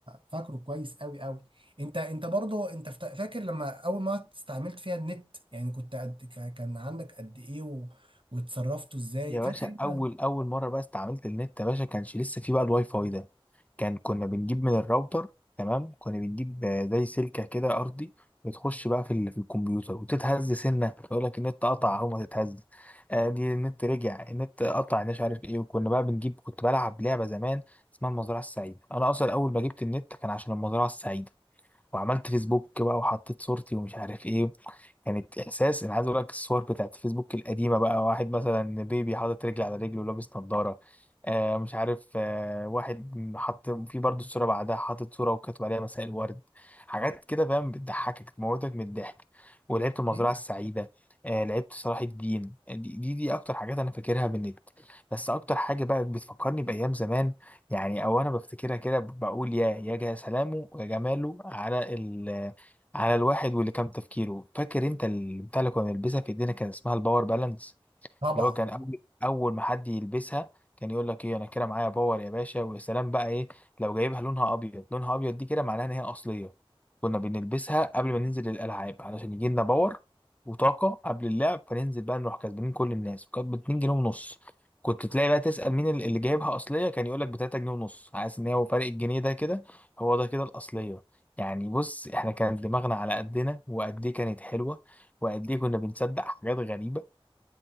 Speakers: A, on the right; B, on the left.
A: فاكره كويس قوي قوي انت انت برضه انت فت- فاكر لما اول ما استعملت فيها النت يعني كنت قد ك- كان عندك قد ايه و... واتصرفتوا ازاي
B: يا
A: فاكر
B: باشا
A: انت
B: اول اول مره بقى استعملت النت يا باشا كانش لسه فيه بقى الواي فاي ده كان كنا بنجيب من الراوتر تمام كنا بنجيب آه، زي سلكه كده ارضي بتخش بقى في ال- في الكمبيوتر وتتهز سنه يقول لك النت قطع اهو ما تتهز آه دي النت رجع النت قطع مش عارف ايه وكنا بقى بنجيب كنت بلعب لعبه زمان اسمها المزرعه السعيده انا اصلا اول ما جبت النت كان عشان المزرعه السعيده وعملت فيسبوك بقى وحطيت صورتي ومش عارف ايه كانت احساس انا عايز اقول لك الصور بتاعت فيسبوك القديمه بقى واحد مثلا بيبي حاطط رجل على رجل ولابس نظاره آه مش عارف آه واحد حط في برضه الصوره بعدها حاطط صوره وكاتب عليها مساء الورد حاجات كده فاهم بتضحكك تموتك من الضحك ولعبت المزرعه
A: أيوه.
B: السعيده آه لعبت صلاح الدين دي دي, دي اكتر حاجات انا فاكرها من النت بس اكتر حاجه بقى بتفكرني بايام زمان يعني او انا بفتكرها كده بقول يا يا جا سلامه يا جماله على ال على الواحد واللي كام تفكيره فاكر انت البتاع اللي كنا بنلبسها في ايدينا كان اسمها الباور بالانس
A: طبعا
B: اللي هو كان اول اول ما حد يلبسها كان يقول لك ايه انا كده معايا باور يا باشا ويا سلام بقى ايه لو جايبها لونها ابيض لونها ابيض دي كده معناها ان هي اصليه كنا بنلبسها قبل ما ننزل الالعاب علشان يجي لنا باور وطاقه قبل اللعب فننزل بقى نروح كسبانين كل الناس وكانت ب 2 جنيه ونص كنت تلاقي بقى تسال مين اللي اللي جايبها اصليه كان يقول لك ب 3 جنيه ونص عايز ان هو فرق الجنيه ده كده هو ده كده الاصليه يعني بص احنا كان دماغنا على قدنا وقد ايه كانت حلوه وقد ايه كنا بنصدق حاجات غريبه